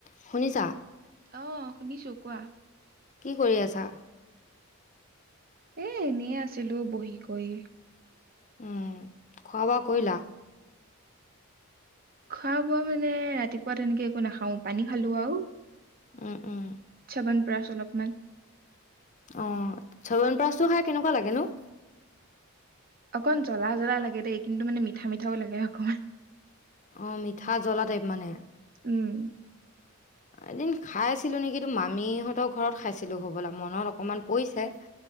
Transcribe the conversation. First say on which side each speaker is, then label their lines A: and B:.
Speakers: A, on the left; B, on the right.
A: শুনিছাঁ
B: অ শুনিছোঁ কোৱা?
A: কি কৰি আছা?
B: এ এনেই আছিলোঁ বহি কৰি।
A: উম, খোৱা বোৱা কৰিলা?
B: খোৱা বোৱা মানে ৰাতিপুৱা তেনেকে একো নাখাওঁ, পানী খালো আৰু
A: উম উম
B: ছবন প্ৰাছ অলপমান।
A: অ' ছৱন প্ৰাছতো খাই কেনেকুৱা লাগে নো?
B: অকন জ্বলা জ্বলা লাগে দেই কিন্তু মানে মিঠা মিঠাও লাগে অকমান।
A: অ' মিঠা জ্বলা টাইপ মানে।
B: উম।
A: এদিন খাইছিলো নেকি মামিহঁতৰ ঘৰত খাইছিলো হ'বলা মনত অকমান পৰিছে।